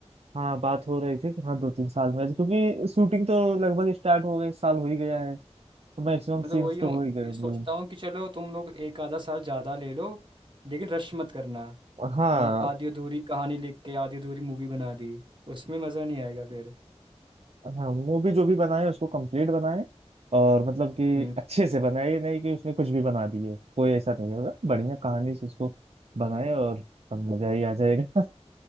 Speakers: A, on the right; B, on the right.
A: हाँ बात हो रही थी कि हाँ दो तीन साल में आ जाए, क्योंकि शूटिंग तो लगभग स्टार्ट हो गई इस साल हो ही गया है तो मैक्सिमम
B: मैं तो
A: सीन्स
B: वही
A: तो
B: हूँ
A: हो ही गए होंगे
B: ये सोचता हूँ कि चलो तुम लोग एक आधा साल ज़्यादा ले लो लेकिन रश मत करना
A: हाँ
B: कि मतलब आधी अधूरी कहानी लिख के आधी अधूरी मूवी बना दी उसमें मज़ा नहीं आएगा फिर
A: हाँ मूवी जो भी बनाए उसको कंप्लीट बनाए और मतलब कि
B: हम्म
A: अच्छे से बनाए ये नहीं कि उसमें कुछ भी बना दिए कोई ऐसा नहीं होगा बढ़िया कहानी से उसको बनाए और सब मजा ही आ जाएगा